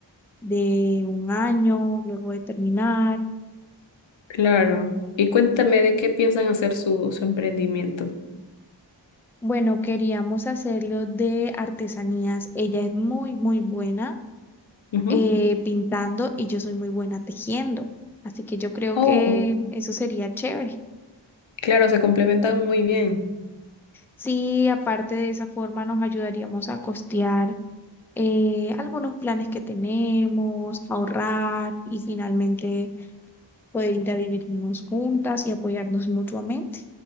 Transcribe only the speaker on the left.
claro. Y cuéntame de qué piensan hacer su, su emprendimiento.
Ujú.
Oh,
claro, se complementan muy bien.